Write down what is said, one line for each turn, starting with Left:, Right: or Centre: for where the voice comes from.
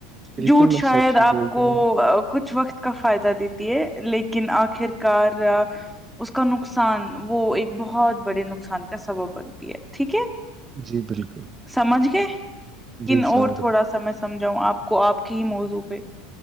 Right: بالکل
Centre: جھوٹ
Right: میں
Centre: شاید
Right: سچ ہی
Centre: آپ
Right: بولتا
Centre: کو
Right: ہوں
Centre: کچھ وقت کا فائدہ دیتی ہے لیکن آخر کار اس کا نقصان وہ ایک بہت بڑے نقصان کا سبب بنتی ہے ٹھیک ہے
Right: جی بالکل
Centre: سمجھ گئے کن
Right: جی
Centre: اور
Right: سمجھ
Centre: تھوڑا
Right: گیا
Centre: سا میں سمجھاؤں آپ کو آپ کے ہی موضوع پہ